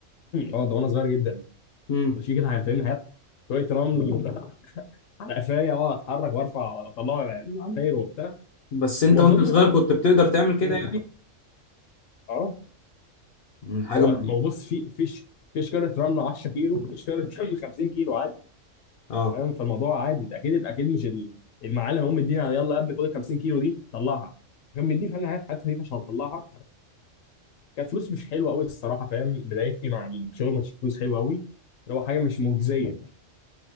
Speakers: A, on the left; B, on the left.
A: اه ده وانا صغير جدا
B: مم.
A: مش كده حاجتين هات شويه رمل على قفايا واقعد اتحرك وارفع واطلع العماير وبتاع
B: بس انت
A: واظن
B: وانت صغير
A: لا
B: كنت بتقدر تعمل كده
A: مم.
B: يعني
A: اه
B: مم، حاجة
A: هو
B: مهمة
A: ما هو بص في فيش فيش كارت رمل 10 كيلو فيش كارت رمل 50 كيلو
B: اه
A: انت فاهم فالموضوع عادي ده اكيد اكيد مش ال- المعلم هم مدينا يلا يا ابني خد ال 50 كيلو دي طلعها كان بيديه فعلا حاجات حاجات خفيفه عشان تطلعها كانت فلوس مش حلوه قوي الصراحه فاهم بدايتي مع الشغل ما كانتش فلوس حلوه قوي اللي هو حاجه مش مجزيه